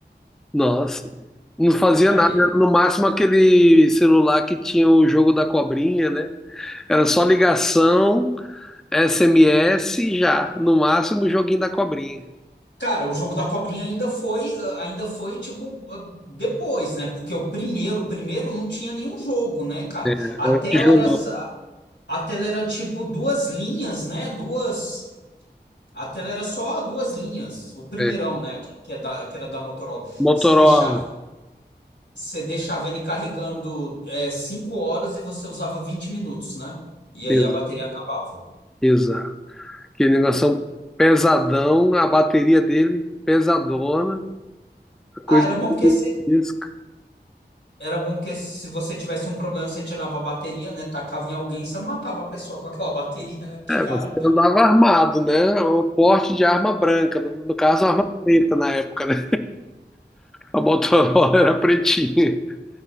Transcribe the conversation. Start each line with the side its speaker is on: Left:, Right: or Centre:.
Centre: Nossa, não fazia
Left: Aquele
Centre: nada, era no máximo aquele celular que tinha o jogo da cobrinha, né? Era só ligação, SMS e já, no máximo o joguinho da cobrinha.
Left: Cara, o jogo da cobrinha ainda foi, ah, ainda foi tipo ah, depois, né? Porque o primeiro, o primeiro não tinha nenhum jogo, né, cara?
Centre: É, era
Left: A tela
Centre: tijolão,
Left: era sa- a tela era tipo duas linhas, né? Duas A tela era só duas linhas. O primeirão,
Centre: é.
Left: né, que, que é da, que era da Motorola,
Centre: Motorola,
Left: que você deixava, você deixava ele carregando é, cinco horas e você usava 20 minutos, né? E aí
Centre: exa-
Left: a bateria acabava.
Centre: exato. Aquele negócio pesadão, a bateria dele pesadona,
Left: Ah,
Centre: coisa
Left: era bom porque você
Centre: disso.
Left: Era bom que se você tivesse um problema, você tirava a bateria, né? Tacava em alguém, você matava a pessoa com aquela <laughs> bateria, né? Porque,
Centre: É,
Left: cara,
Centre: você andava armado, né? Um porte de arma branca, no no caso, arma preta na época, né? A Motorola <laughs> era pretinha.